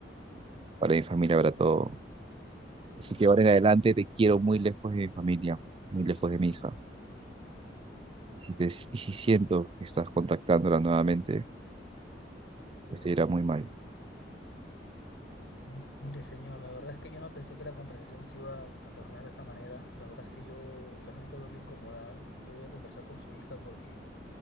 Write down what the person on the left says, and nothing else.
M- Mire, señor, la verdad es que yo no pensé que la conversación se iba a a tornar de esa manera. La verdad es que yo lamento haberle incomodado. Yo voy a conversar con su hija porque